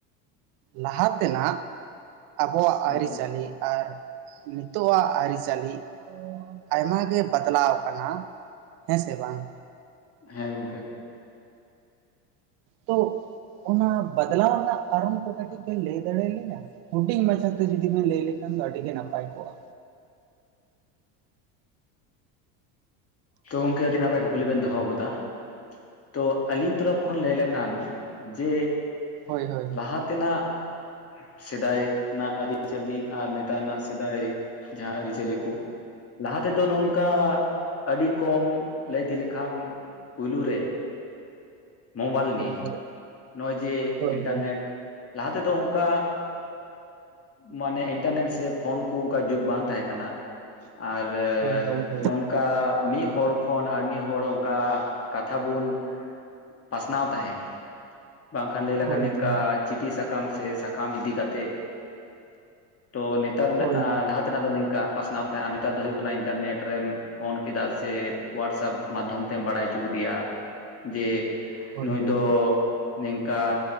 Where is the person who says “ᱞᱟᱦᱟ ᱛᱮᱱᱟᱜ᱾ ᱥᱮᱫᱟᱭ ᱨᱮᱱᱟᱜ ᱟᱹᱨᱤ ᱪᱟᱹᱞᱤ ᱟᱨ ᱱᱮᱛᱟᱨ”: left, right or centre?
Left